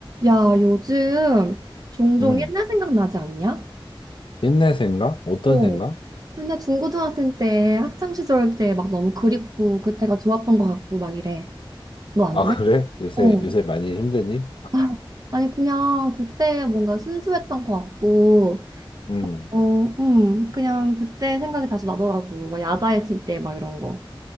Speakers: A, on the right (about 45°); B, on the left (about 65°).
A: 야, 요즘 종종
B: 음,
A: 옛날 생각나지 않냐?
B: 옛날 생각? 어떤
A: 어.
B: 생각?
A: 맨날 중고등학생 때, 학창시절 때 막 너무 그립고, 그때가 좋았던 것 같고, 막 이래. 너 안
B: 아,
A: 그래?
B: 그래? 요새,
A: 어.
B: 요새 많이 힘드니?
A: <laughs> 아니, 그냥 그때 뭔가 순수했던 것 같고,
B: 음.
A: 어, 음, 그냥 그때 생각이 자주 나더라고. 막 야자했을 때 막 이런 거.